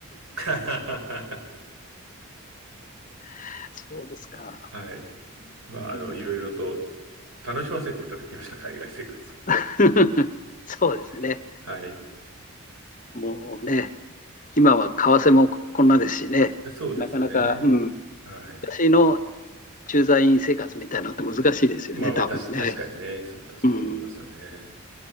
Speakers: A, on the right; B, on the left.
A: <laughs> は
B: <laughs> そうですか。
A: い。まあ、あの、
B: うん
A: いろいろと楽しませていただきました、海外生活は。
B: <laughs> そうですね。
A: はい。
B: もうね、今は為替もこんなですしね、
A: そうですね。
B: なかなか、うん、
A: はい。
B: 昔の駐在員生活みたいなのって難しいですよね、
A: まあまあ、
B: 多分ね。
A: たし、確かにね、そうだと思いますよね。
B: うん、